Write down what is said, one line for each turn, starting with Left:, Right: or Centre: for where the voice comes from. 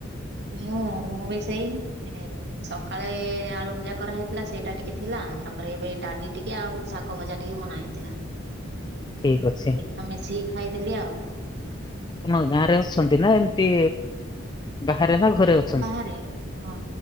Right: ମୁଁ ମୁଁ ବି ସେଇ ସକାଳେ ଆଳୁ ଭଜା କରା ହେଇଥିଲା ସେଇଟା ଟିକେ ଥିଲା ତାପରେ ଏବେ ଡାଲି ଟିକେ ଆଉ ଶାଗ ଭଜା ଟିକେ ବନା ହେଇଥିଲା।
Left: ଠିକ ଅଛି
Right: ଏତିକି ତ ମିଶିକି ଖାଇଦେଲି ଆଉ।
Left: ଆମ ଗାଁ ରେ ଅଛନ୍ତି ନା ଏମିତି ବାହାରେ ନା ଘରେ ଅ
Right: ବାହାରେ ହଁ।